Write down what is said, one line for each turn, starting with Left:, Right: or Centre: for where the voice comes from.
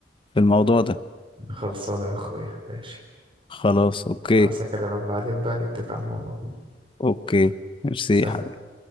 Left: في الموضوع ده
Right: خلصانة يا أخويا ماشي
Left: خلاص اوكي
Right: بس أكلمك بعدين بقى نتفق على الموضوع
Left: اوكي ميرسي
Right: سلام
Left: يا حبيبي